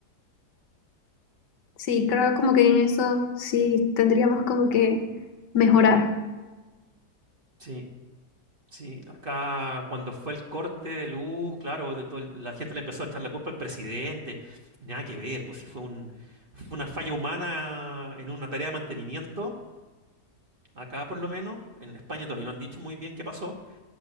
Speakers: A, on the left; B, on the right.
A: Sí, creo como que en eso sí tendríamos como que mejorar.
B: Sí, sí. Acá cuando fue el corte de luz, claro, de todo el- la gente le empezó a echar la culpa al presidente. Y nada que ver, pues si fue un, fue una falla humana en una tarea de mantenimiento. Acá por lo menos, en España todavía no han dicho muy bien qué pasó,